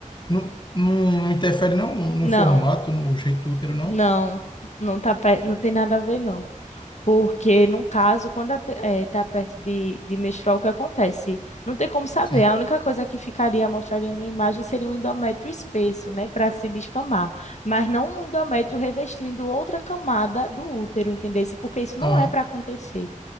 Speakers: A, on the left; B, on the left.
A: não, não interfere não no
B: não.
A: formato, no jeito do útero, não.
B: Não, não tá, pe- não tem nada a ver, não. Porque, no caso, quando a, pe- eh, tá perto de, de menstruar, o que acontece? Não tem como saber.
A: Sim.
B: A única coisa que ficaria mostrada na imagem seria um endométrio espesso, né? Para se descamar. Mas não um endométrio revestindo outra camada do útero, entendesse? Porque isso não
A: Aham,
B: é para acontecer.